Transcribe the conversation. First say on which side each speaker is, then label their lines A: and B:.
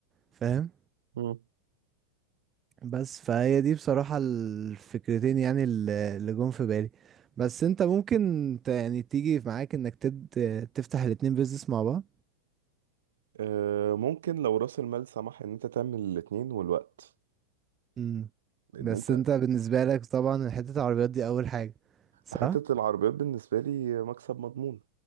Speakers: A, on the right (about 25°); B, on the right (about 60°).
A: فاهم
B: مم.
A: بس فهي دي بصراحة الفكرتين يعني اللي اللي جم في بالي بس انت ممكن ت- يعني تيجي معاك انك تد... تفتح الاتنين بيزنس مع بعض
B: آه، ممكن لو رأس المال سمح إن أنت تعمل الاتنين والوقت
A: مم.
B: لان
A: بس
B: انت
A: انت بالنسبة لك طبعا حتة العربيات دي اول حاجة صح
B: حتة العربيات بالنسبة لي مكسب مضمون